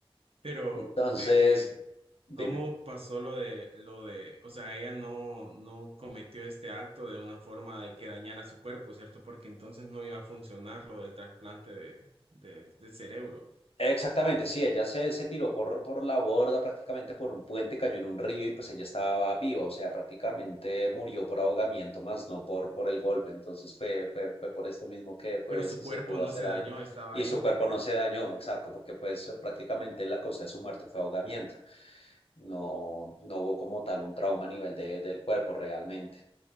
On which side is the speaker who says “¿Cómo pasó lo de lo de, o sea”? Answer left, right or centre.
Right